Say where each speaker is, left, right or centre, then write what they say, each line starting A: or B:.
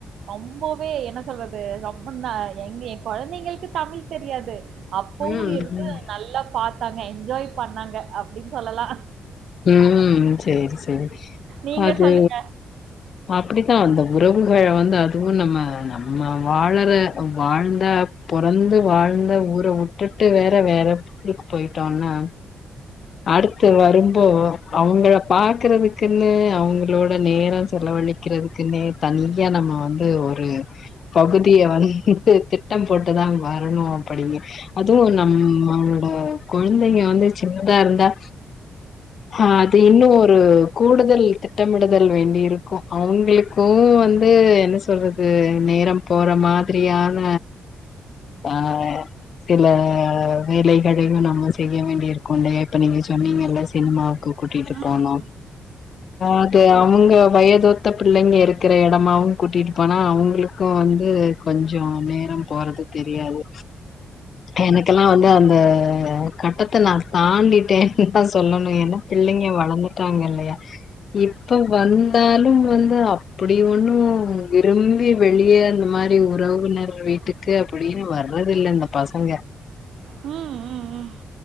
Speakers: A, on the right; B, on the left.
A: ரொம்பவே என்ன சொல்றது ரொம்ப நா எங்க ஏ கொழந்தைங்களுக்கு தமிழ் தெரியாது அப்பவு
B: ம்
A: இருந்து
B: ம்
A: நல்லா பாத்தாங்க என்ஜாய் பண்ணாங்க அப்டின்னு சொல்லலா
B: உம் சேரி சேரி
A: நீங்க
B: அது
A: சொல்லுங்க.
B: அப்டித்தா அந்த உறவுகள வந்து அதுவு நம்ம நம்ம வாழற வாழ்ந்த பொறந்து வாழ்ந்த ஊர வுட்டுட்டு வேற வேற ஊருக்கு போயிட்டோன்னா அடுத்து வரும் ப்போ அவுங்கள பாக்குறதுக்குன்னு அவுங்களோட நேரோ செலவழிக்கிறதுக்குன்னே தனியா நம்ம வந்து ஒரு பகுதிய வந்து திட்டு திட்டம் போட்டுதா வரணு அப்படிங்க அதுவு நம்மளோட கொழந்தைங்க வந்து சின்னதா இருந்தா ஆ அது இன்னும் ஒரு கூடுதல் திட்டமிடுதல் வேண்டி இருக்கும் அவுங்ளுக் கு வந்து என்ன சொல்றது நேரோ போற மாதிரியான நா வேற சில வேலைகளையு நம்ம செய்ய வேண்டிய இருக்கு இல்லயா இப்ப நீங்க சொன்னீங்கல்ல சினிமாவுக்கு கூட்டிட்டு
A: ம்.
B: போனோ அது அவுங்க வயதோத்த பிள்ளைங்க இருக்கிற இடமாவு கூட்டிட்டு போனா அவுங்களுக்கும் வந்து கொஞ்சோ நேரம் போறது தெரியாது எனக்கெல்லா வந்து அந்த கட்டத்த நா தாண்டிட்டே ஃபர்ஸ்ட் சொல்லணு ஏன்னா பிள்ளைங்க வளந்துட்டாங்க இல்லயா இப்ப வந்தாலு வந்து அப்டி ஒன்னு விரும்பி வெளியே அந்த மாரி உறவுனர் வீட்டுக்கு அப்டின்னு வர்றதில்ல இந்த பசங்க
A: ம், ம், ம்,